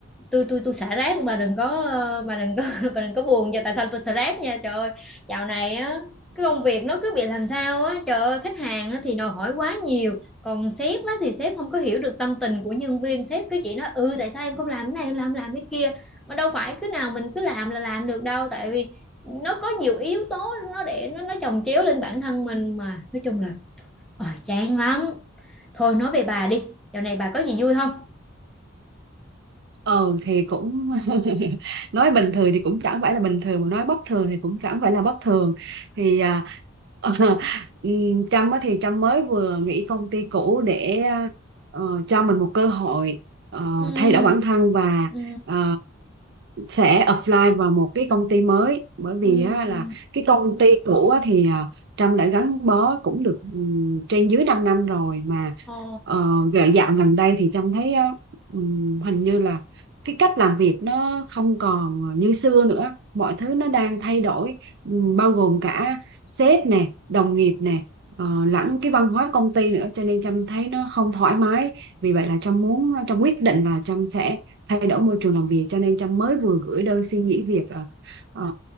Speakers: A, in the centre; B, on the right.
A: tôi tôi tôi xả rác bà đừng có ờ, bà đừng có <laughs> bà đừng có buồn cho tại sao tôi xả rác nha trời ơi dạo này á cái công việc nó cứ bị làm sao á trời ơi khách hàng á, thì đòi hỏi quá nhiều còn sếp á, thì sếp không có hiểu được tâm tình của nhân viên sếp cứ chỉ nói ừ tại sao em không làm cái này em làm làm cái kia mà đâu phải cứ nào mình cứ làm là làm được đâu tại vì nó có nhiều yếu tố nó để nó nó chồng chéo lên bản thân mình mà nói chung là ờ chán lắm thôi nói về bà đi dạo này bà có gì vui không
B: ừ thì cũng <laughs> nói bình thường thì cũng chẳng phải là bình thường mà nói bất thường thì cũng chẳng phải là bất thường thì à, <laughs> ờ, ừm, Trâm á thì Trâm mới vừa nghỉ công ty cũ để ờ, cho mình một cơ hội ờ,
A: ừ
B: thay đổi bản thân và
A: ừ
B: ờ, sẽ apply vào một cái công ty mới bởi vì
A: Ừm,
B: á, là cái công ty cũ á, thì à, Trâm đã gắn bó cũng được ừm, trên dưới 5 năm rồi mà
A: Ồ.
B: uh, dạo gần đây thì Trâm thấy á, ừm, hình như là cái cách làm việc nó không còn như xưa nữa mọi thứ nó đang thay đổi ừm, bao gồm cả sếp nè đồng nghiệp nè ờ, lẫn cái văn hóa công ty nữa cho nên Trâm thấy nó không thoải mái vì vậy là Trâm muốn Trâm quyết định là Trâm sẽ thay đổi môi trường làm việc cho nên Trâm mới vừa gửi đơn xin nghỉ việc ờ, ờ,